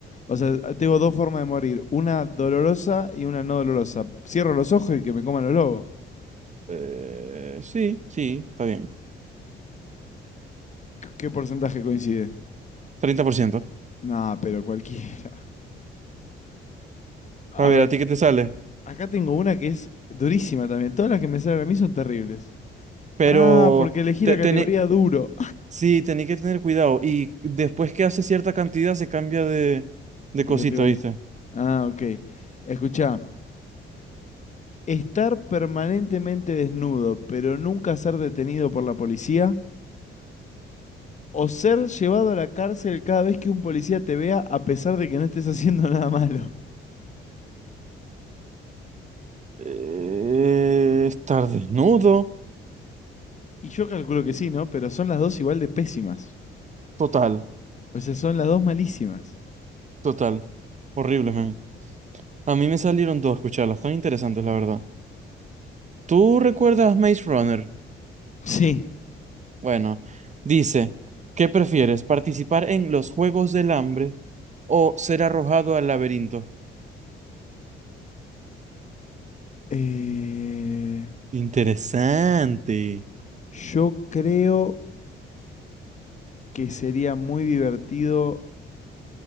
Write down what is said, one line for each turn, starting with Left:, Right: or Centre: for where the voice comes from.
Left: O sea, tengo dos formas de morir, una dolorosa y una no dolorosa. Cierro los ojos y que me coman los lobos.
Right: Eh, sí, sí, está bien.
Left: ¿Qué porcentaje coincide?
Right: treinta por ciento
Left: No, pero cualquiera. A
Right: A ver,
Left: ver,
Right: ¿a ti qué te sale?
Left: acá tengo una que es durísima también. Todas las que me salen a mí son terribles.
Right: Pero...
Left: Ah, porque elegí
Right: Te,
Left: la categoría
Right: tené-
Left: duro.
Right: Sí, tenés que tener cuidado. Y después que hace cierta cantidad se cambia de,
Left: <laughs>
Right: de
Left: De
Right: cosita,
Left: categoría.
Right: ¿viste?
Left: Ah, ok. Escuchá. Estar permanentemente desnudo, pero nunca ser detenido por la policía. O ser llevado a la cárcel cada vez que un policía te vea a pesar de que no estés <laughs> haciendo nada malo.
Right: Eh, estar desnudo.
Left: Y yo calculo que sí, ¿no? Pero son las dos igual de pésimas.
Right: Total,
Left: O sea, son las dos malísimas.
Right: total. Horrible, man. A mí me salieron dos, escucharlas, tan interesantes, la verdad. ¿Tú recuerdas Maze Runner?
Left: Sí.
Right: Bueno, dice, ¿qué prefieres? ¿Participar en los Juegos del Hambre o ser arrojado al laberinto?
Left: Eh,
Right: Interesante.
Left: yo creo que sería muy divertido